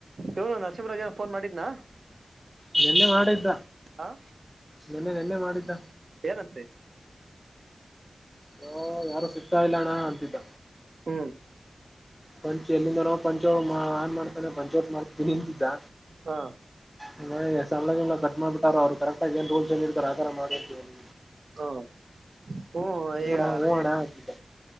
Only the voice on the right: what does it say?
ಇವನು ನರಸಿಂಹರಾಜನ್ ಫೋನ್ ಮಾಡಿದ್ನ
ಹ
ಏನಂತೆ
ಹ್ಮ್
ಹ
ಹ್ಮ ಹ್ಮ್
ಈಯ